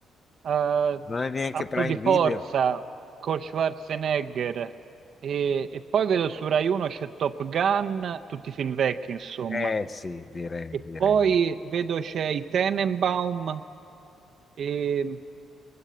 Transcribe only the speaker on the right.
eh,
Atto
di
forza con Schwarzenegger e, e poi vedo su Rai 1 c'è Top Gun, tutti i film vecchi, insomma.
E
poi vedo c'è i Tenenbaum e